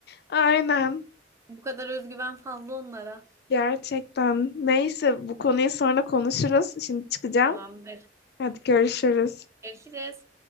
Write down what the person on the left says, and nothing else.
Aynen.
Gerçekten. Neyse bu konuyu sonra konuşuruz. Şimdi çıkacağım.
Hadi görüşürüz.